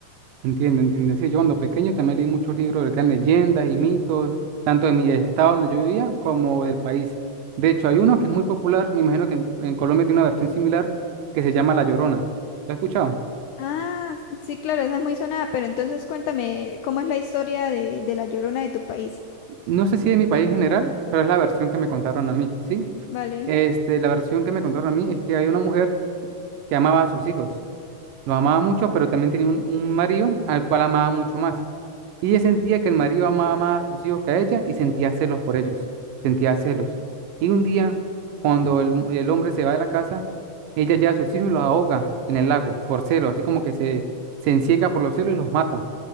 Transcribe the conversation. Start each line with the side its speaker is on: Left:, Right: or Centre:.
Right: Entiendo, entiendo. Sí, yo cuando pequeño también leí muchos libros de que eran leyendas y mitos, tanto de mi estado donde yo vivía como del país. De hecho, hay uno que es muy popular, me imagino que en, en Colombia tiene una versión similar, que se llama La Llorona. ¿Lo has escuchado?
Left: Ah, sí, claro, esa es muy sonada, pero entonces cuéntame, ¿cómo es la historia de, de la Llorona de tu país?
Right: No sé si de mi país en general, pero es la versión que me contaron a mí, ¿sí?
Left: Vale.
Right: Este, la versión que me contaron a mí es que hay una mujer que amaba a sus hijos. Los amaba mucho, pero también tenía un, un marido al cual amaba mucho más. Y ella sentía que el marido amaba más a sus hijos que a ella y sentía celos por ellos, sentía celos. Y un día, cuando el, mu- el hombre se va de la casa, ella lleva a sus hijos y los ahoga en el lago por celos, así como que se, se encieca por los celos y los mata.